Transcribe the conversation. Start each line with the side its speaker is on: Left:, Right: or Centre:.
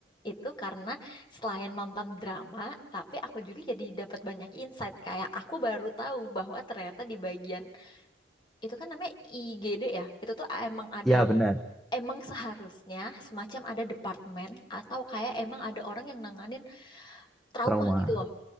Left: itu karena selain nonton drama, tapi aku juga jadi dapat banyak insight. Kayak aku baru tahu bahwa ternyata di bagian itu kan namanya IGD ya. Itu tuh emang ada
Centre: Iya, benar.
Left: emang seharusnya semacam ada departemen atau kayak emang ada orang yang nanganin trauma
Centre: Trauma.
Left: gitu loh.